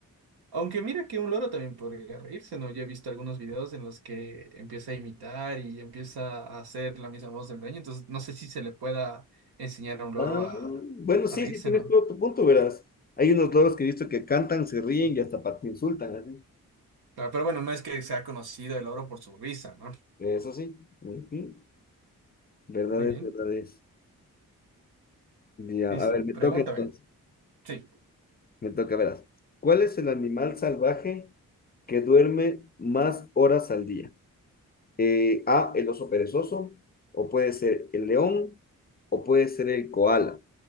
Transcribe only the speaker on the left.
Ah,
bueno, sí,
sí, tienes
todo tu punto, verás. Hay unos loros que he visto que cantan, se ríen y hasta pa- te insultan, así.
Eso sí. Ujú. Verdad
es, verdad es. Ya,
a ver, me
toca entonces.
Me toca, verás. ¿Cuál es el animal salvaje que duerme más horas al día? Eh, A, el oso perezoso, o puede ser el león, o puede ser el koala.